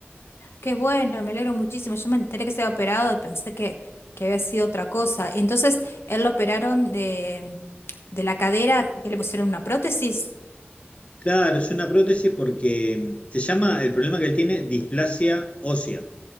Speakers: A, on the left; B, on the left.
A: Qué bueno, me alegro muchísimo. Yo me enteré que se había operado y pensé que, que había sido otra cosa. Y entonces, él lo operaron de, de la cadera, que le pusieron una prótesis.
B: Claro, es una prótesis porque se llama, el problema que él tiene, displasia ósea,